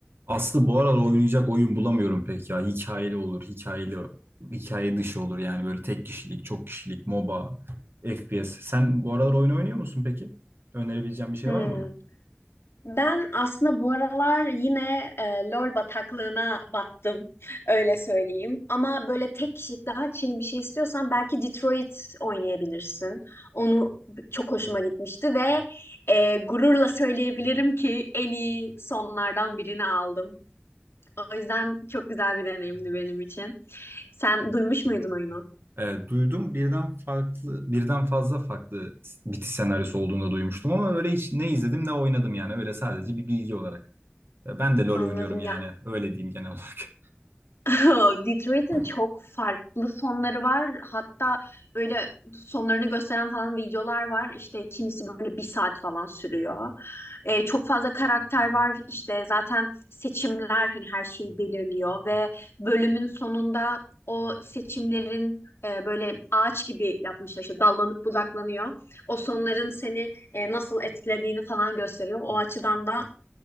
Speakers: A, on the right; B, on the left.
A: Aslı bu aralar oynayacak oyun bulamıyorum pek ya. Hikayeli olur, hikayeli, hikaye dışı olur yani böyle tek kişilik, çok kişilik, MOBA, FPS. Sen bu aralar oyun oynuyor musun peki? Önerebileceğin bir şey
B: Hmm.
A: var mı bana?
B: Ben aslında bu aralar yine e, LOL bataklığına battım, öyle söyleyeyim. Ama böyle tek kişilik daha chill bir şey istiyorsan belki Detroit oynayabilirsin. Onu çok hoşuma gitmişti ve e, gururla söyleyebilirim ki en iyi sonlardan birini aldım. O yüzden çok güzel bir deneyimdi benim için. Sen duymuş muydun oyunu?
A: Ee, duydum birden farklı, birden fazla farklı bitiş senaryosu olduğunu da duymuştum ama öyle hiç ne izledim ne oynadım yani öyle sadece bir bilgi olarak. Ee, Ben de LoL
B: Anladım.
A: oynuyorum yani öyle diyeyim genel olarak.
B: <laughs> Detroit'in
A: <laughs>
B: çok farklı sonları var. Hatta öyle sonlarını gösteren falan videolar var. İşte kimisi böyle bir saat falan sürüyor. Ee, çok fazla karakter var. İşte zaten seçimler hani her şeyi belirliyor ve bölümün sonunda o seçimlerin e, böyle ağaç gibi yapmışlar. İşte dallanıp budaklanıyor. O sonların seni e, nasıl etkilediğini falan gösteriyor. O açıdan da